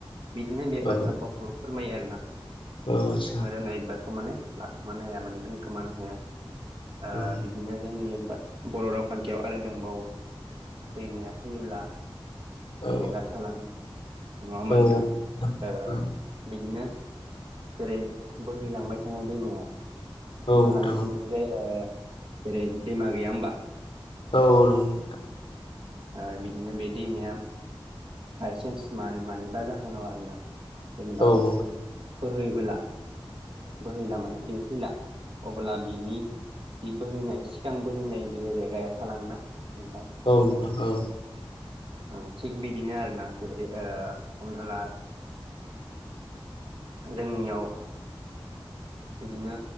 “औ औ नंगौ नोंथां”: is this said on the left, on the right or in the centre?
Left